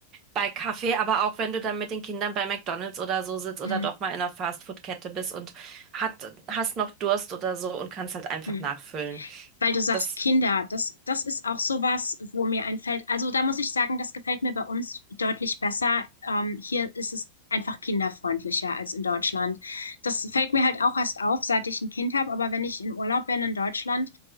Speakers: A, on the right; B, on the left.
A: bei Kaffee, aber auch wenn du dann mit den Kindern bei McDonald's oder so sitzt oder
B: Mm,
A: doch mal in einer Fastfood-Kette bist und hat, hast noch Durst oder so und kannst halt einfach
B: mm.
A: nachfüllen.
B: weil du sagst
A: Das,
B: Kinder, das, das ist auch sowas, wo mir einfällt. Also da muss ich sagen, das gefällt mir bei uns deutlich besser. Ähm, hier ist es einfach kinderfreundlicher als in Deutschland. Das fällt mir halt auch erst auf, seit ich ein Kind habe, aber wenn ich in Urlaub bin in Deutschland,